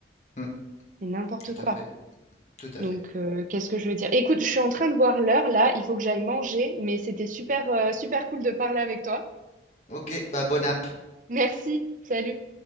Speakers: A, on the left (about 40°); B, on the right (about 45°).
A: Mm,
B: C'est n'importe
A: tout
B: quoi.
A: à fait, tout à
B: Donc,
A: fait.
B: euh, qu'est-ce que je veux dire? Écoute, je suis en train de voir l'heure là, il faut que j'aille manger, mais c'était super, euh, super cool de parler avec toi.
A: Ok, bah bonne app.
B: Merci, salut.